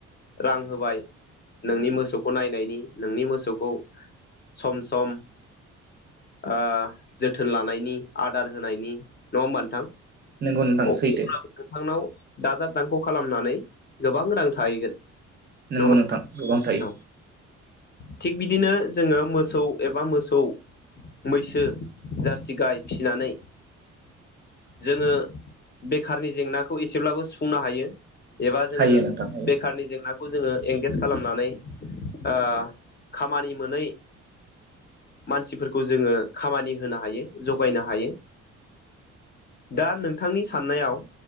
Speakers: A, on the left; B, on the right.
A: रां होबाय नोंनि मोसौखौ नायनायनि नोंनि मोसौखौ सम सम सम ओ जोथोन लानायनि आदार होनायनि नङा होमबा नोंथां
B: नंगौ नोंथां
A: अब्लाबो
B: सैथो
A: नोंथांनाव दाजाब दानख' खालामनानै गोबां रां थाहैगोन
B: नंगौ
A: नङा होमबा
B: नोंथां गोबां
A: नोंथां
B: थायो
A: थिग बिदिनो जोङो मोसौ एबा मोसौ मैसो जारसि गाय फिसिनानै जोङो बेखारनि जेंनाखौ एसेब्लाबो सुफुंनो हायो एबा जोङो
B: हायो नोंथां हायो
A: बेखारनि जेंना खौ जोङो एंगेज खालामनानै ओ खामानि मोनै मानसिफोरखौ जोङो खामानि होनो हायो जगायनो हायो दा नोंथांनि साननायाव